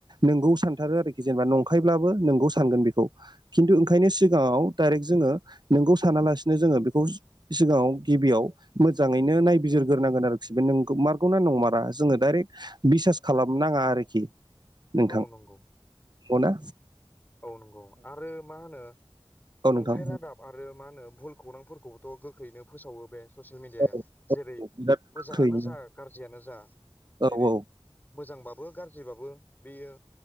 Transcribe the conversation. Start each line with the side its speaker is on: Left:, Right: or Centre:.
Right: नोंगौ सानथारो आरोखि जेनेबा नंखायब्लाबो नोंगौ सानगोन बेखौ खिन्थु ओंखायनो सिगाङाव दडायरेक्ट जोङो नोंगौ सानालासिनो जोङो बेखौ सिगाङाव गिबियाव मोजाङैनो नाय बिजिरग्रोनांगोन आरोखि बे नों मारगौनाा नंमारा जोङो डाइरेक्ट बिसास खालामनााङा आरोखि नोंथां
Left: औ नंगौ
Right: अना
Left: औ नंगौ आरो मा होनो
Right: औ
Left: नंखाय
Right: नोंथां
Left: रादाब ओमफ्राय मा होनो भुल खौरांफोरखौबोथ' गोख्रैनो फोसावो बे ससियेल मेडियाया
Right: औ
Left: जेरै
Right: बिराद गोख्रैनो
Left: मोजाङानो जा गाज्रियानो जा
Right: औ
Left: जेरै
Right: औ
Left: मोजांबाबो गाज्रिबाबो बेयो